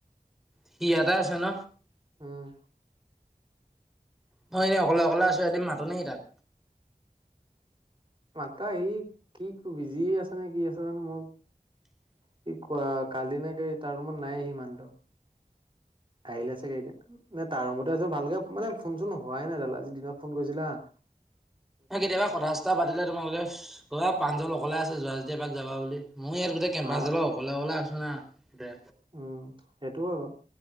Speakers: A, in the centre; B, on the right.
A: সি এয়াতে আছে ন,
B: উম,
A: মই এনেই অকলে-অকলে আছো এদিন মাতো নি তাক।
B: মাতা সি কি বিজি আছে নে কি আছে জানো, মোক সি কোৱা কালি নে কি তাৰ ৰুমত নাই সি মানুহটো। আহিলে চাগে এতিয়া, নে তাৰ ৰুমতে আছে, ভালকে মানে ফোন চোন হোৱাই নাই তাৰ লগত। আজি দিনত ফোন কৰিছিল হা'
A: কেতিয়াবা কথা চথা পাতিলে তোমালোকে কোৱা প্ৰাঞ্জল অকলে আছে যোৱা যদি এপাক যাবা বুলি, মইও ইয়াত গোটেই কেম্পাছ
B: অ
A: ডালৰ অকলে-অকলে আছো না। দে
B: উম, সেইটো হয় বাৰু।